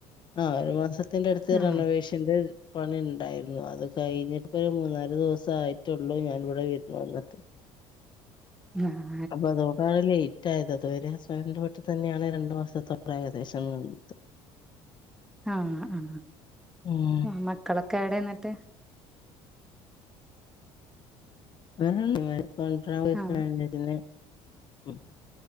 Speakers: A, on the left; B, in the centre.
A: ആ ഒര് മാസത്തിന്റെടുത്ത്
B: ആഹ്
A: റെണെവേഷന്റെ പണി ഉണ്ടായിരുന്നു അത് പണിയുണ്ടായിരുന്നു അത്കഴിഞ്ഞിപ്പോ ഒര് മൂന്നാല് ദിവസായിട്ടൊള്ളൂ ഞാന്വ്ടെ വിര്ന്ന് വന്നിട്ട്
B: അആ
A: അപ്പതോ അതാണ് ലേറ്റ് ആയതത് ഒരു അതാ ലൈറ്റ് ആയത് അത് വരെ ഹസ്ബൻഡിന്റെ വീട്ടിതെന്നെയാണ് രണ്ടു മാസത്തോടെ ഏകദേശം നിന്നത്
B: ആ ആ
A: ഉം
B: മ് മക്കളൊക്കെ എവിടെ ന്നട്ട്
A: <unintelligible> കോണ്ട്രാൻ
B: ആ
A: പൊയിക്ക്ണ്
B: ആ
A: <unintelligible>